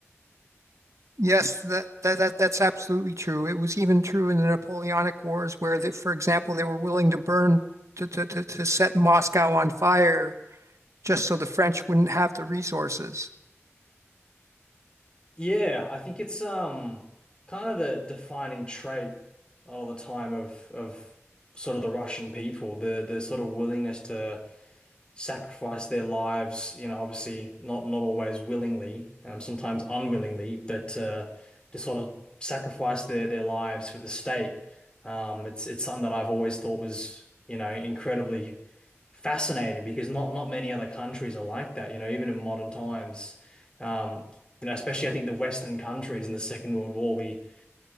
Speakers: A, on the right; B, on the left.
A: Yes, that, that that that's absolutely true. It was even true in the Napoleonic Wars, where, they, for example, they were willing to burn to, to to to set Moscow on fire just so the French wouldn't have the resources.
B: Yeah, I think it's um kind of the defining trait a lot of the time of of sort of the Russian people, the the sort of willingness to sacrifice their lives, you know, obviously not not always willingly, um, sometimes unwillingly, but uh, to sort of sacrifice their their lives for the state. Um, it's it's something that I've always thought was, you know, incredibly fascinating because not not many other countries are like that, you know, even in modern times. Um, you know, especially I think the Western countries in the Second World War, we